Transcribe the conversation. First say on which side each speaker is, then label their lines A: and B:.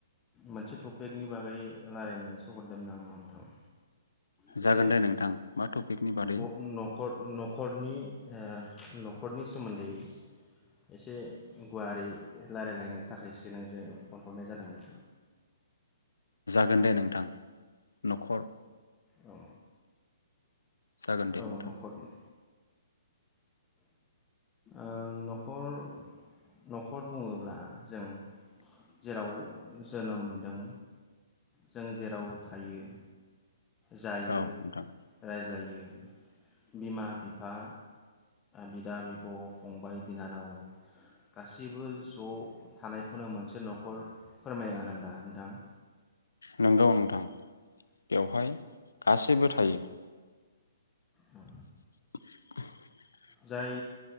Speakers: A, on the left; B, on the left.
A: मोनसे टपिकनि बागै रायल्लायनोसो हरदोमोन आं नोंनाव नोंथां। जे
B: जागोन दे नोंथां। मा टपिकनि बादै?
A: ओ न'खर न'खरनि न'खरनि सोमोन्दै एसे गुवारै रायलायलायनो थाखायसो नोंजों फन हरनाय जादोंमोन
B: होगोन दे नोंथां न'खर
A: औ
B: जागोन दे
A: औ
B: नोंथां
A: न'खरनि ओ न'खर न'खर बुङोब्ला जों जेराव जोनोम मोनदों जों जेराव थायो जायो
B: औ नोंथां
A: रायज्लायो बिमा बिफा बिदा बिब' फंबाय बिनानाव गासैबो ज' थानायखौनो मोनसे न'खर फोरमाया होनबा नोंथां
B: नंगौ नोंथां बेवहाय गासैबो थायो
A: आ
B: <unintelligible>
A: जाय